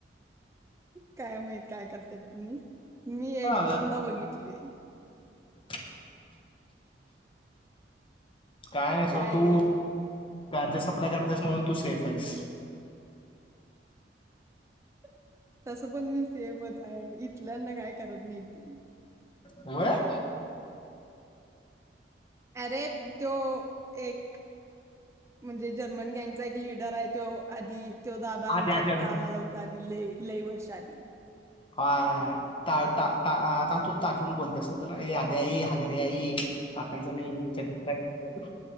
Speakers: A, on the right; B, on the left.
A: काय माहित काय करताय तुम्ही मी
B: हां,
A: एक दोनदा
B: का
A: बघितले.
B: <inaudible> काय नाय सोड
A: काय
B: तू गांजा सप्लाय करत्यास म्हणून तू सेफ आहेस.
A: <inaudible> तस पण मी सेफच आहे. इथल्यांना काय करत नाहित ती
B: व्हय
A: अरे त्यो एक म्हणजे जर्मन गँगचा एक लिडर आहेय त्यो आधी त्यो दादा आमच्यात
B: आद्या जन्म
A: कामाला हूता लय लय वर्ष आधी
B: हाय ता ता ता ता ताचुन बोलते नं त्याला ये आद्या ये हागऱ्या ये टाकायचं नाही चड्डीत रहायच